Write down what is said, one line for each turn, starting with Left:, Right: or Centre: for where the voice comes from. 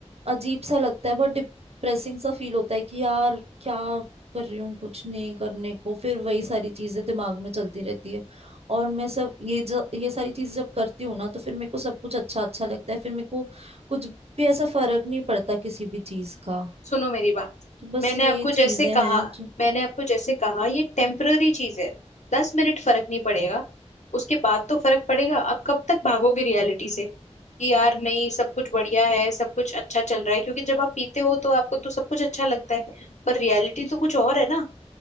Right: अजीब सा लगता है बहुत डिप्रेसिंग सा फील होता है कि यार क्या कर रही हूँ कुछ नहीं करने को फिर वही सारी चीजें दिमाग में चलती रहती है और मैं सब ये जो ये सारी चीजें जब करती हूँ ना तो फिर मेरे को सब कुछ अच्छा अच्छा लगता है फिर मेरे को कुछ भी ऐसा फर्क नहीं पड़ता किसी भी चीज का
Left: सुनो मेरी बात
Right: तो बस
Left: मैंने
Right: यही
Left: आपको जैसे
Right: चीजें
Left: कहा
Right: हैं जो
Left: मैंने आपको जैसे कहा ये टेम्पररी चीज है दस मिनट फर्क नहीं पड़ेगा उसके बाद तो फर्क पड़ेगा आप कब तक भागोगे रियलिटी से कि यार नहीं सब कुछ बढ़िया है सब कुछ अच्छा चल रहा है क्योंकि जब आप पीते हो तो आपको तो सब कुछ अच्छा लगता है पर रियलिटी तो कुछ और है ना